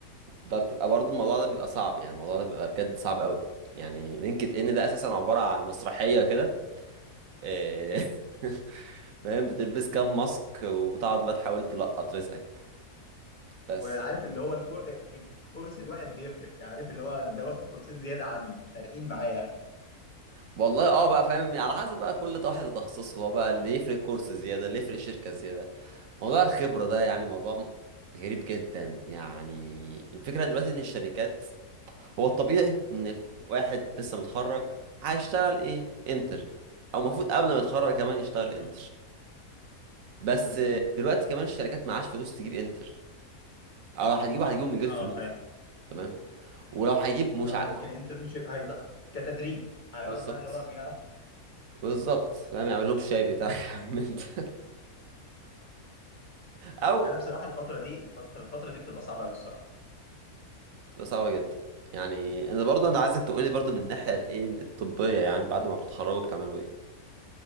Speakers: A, on the right; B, on the left.
A: ده بتبقى برضو الموضوع ده بيبقى صعب يعني الموضوع ده بيبقى بجد صعب قوي يعني لينكد ان ده اساسا عبارة عن مسرحية كده إيه، <laughs> فاهم بتلبس كام ماسك وبتقعد بقى تحاول تلقط رزقك بس
B: وعارف اللي هو الكو... الكورس الواحد بيفرق عارف اللي هو ده واخد كورسين زياده عني فارقين معايا يا اخي
A: والله اه بقى فاهم يعني على حسب بقى كل واحد وتخصصه هو بقى اللي يفرق كورس زيادة اللي يفرق شركة زيادة موضوع الخبرة ده يعني موضوع غريب جدا يعني الفكرة دلوقتي ان الشركات هو الطبيعي ان واحد لسه متخرج هيشتغل ايه انترن او المفروض قبل ما يتخرج كمان يشتغل
B: بالظبط
A: انتر بس
B: امم
A: دلوقتي كمان الشركات معاش فلوس تجيب انتر او لو هتجيبه هتجيبه من غير
B: اه
A: فلوس
B: فاهم
A: تمام ولو هيجيب
B: اللي
A: مش
B: هو
A: ع...
B: كانترنشيب هيض كتدريب هيقعد
A: بالظبط
B: بقى اللي هو بيقعد
A: بالظبط فاهم يعمل لهم شاي بتاع <laughs> من ده. او
B: انا بصراحه الفتره دي الفتره الفترة دي بتبقى صعبه قوي الصراحه
A: بتبقى صعبه جدا يعني انا برضه انا عايزك تقولي برضه من الناحيه الايه الطبيه يعني بعد ما بتتخرجوا بتعملوا ايه